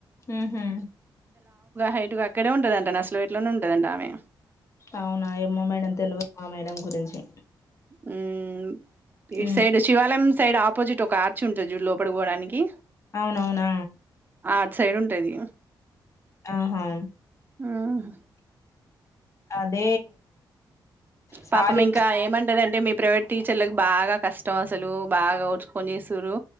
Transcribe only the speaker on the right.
హైటుగా అక్కడే ఉండదండి అసలు వట్లోనే ఉండదండి ఆమె
మ్మ్ ఇటు
సైడ్ శివాలయం సైడ్ ఆపోజిట్ ఒక ఆర్చి ఉంటుంది లోపలి పోవడానికి
ఆ అటు సైడ్ ఉంటాది
ఆహా
పాపం ఇంకా ఏమంటాదంటే మీ ప్రైవేట్ టీచర్లకు బాగా కష్టం అసలు బాగా ఓర్చుకొని చేస్తురు